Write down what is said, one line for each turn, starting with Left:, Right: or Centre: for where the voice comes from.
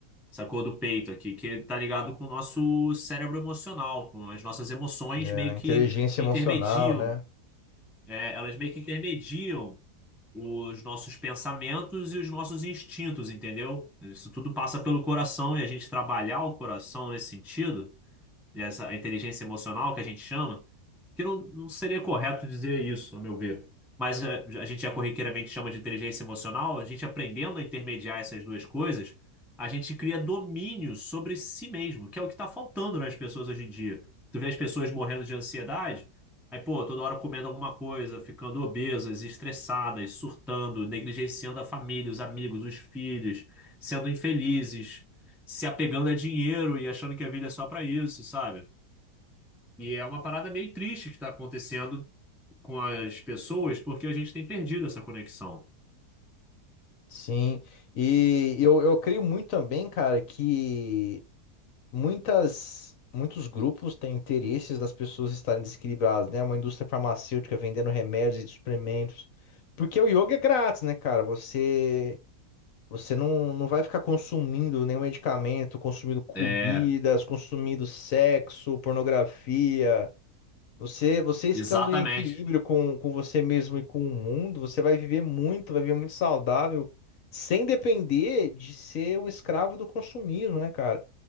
Centre: sacou? Do peito aqui, que tá ligado com o nosso cérebro emocional, com as nossas emoções
Left: É,
Centre: meio que
Left: inteligência
Centre: intermediam,
Left: emocional, né?
Centre: é, elas meio que intermediam os nossos pensamentos e os nossos instintos, entendeu? Isso tudo passa pelo coração e a gente trabalhar o coração nesse sentido essa inteligência emocional que a gente chama, que não, não seria correto dizer isso, a meu ver. Mas é, a, gente já corriqueiramente chama de inteligência emocional, a gente aprendendo a intermediar essas duas coisas, a gente cria domínio sobre si mesmo, que é o que está faltando nas pessoas hoje em dia. Tu vê as pessoas morrendo de ansiedade, aí, pô, toda hora comendo alguma coisa, ficando obesas, estressadas, surtando, negligenciando a família, os amigos, os filhos, sendo infelizes se apegando a dinheiro e achando que a vida é só pra isso, sabe? E é uma parada meio triste que tá acontecendo com as pessoas, porque a gente tem perdido essa conexão.
Left: Sim. E eu, eu creio muito também, cara, que muitas, muitos grupos têm interesses das pessoas estarem desequilibradas, né? Uma indústria farmacêutica vendendo remédios e suplementos. Porque o yoga é grátis, né, cara? Você, você não, não vai ficar consumindo nenhum medicamento, consumindo comidas,
Centre: É,
Left: consumindo sexo, pornografia. Você, você estando
Centre: exatamente.
Left: em equilíbrio com, com você mesmo e com o mundo, você vai viver muito, vai viver muito saudável, sem depender de ser um escravo do consumismo, né, cara?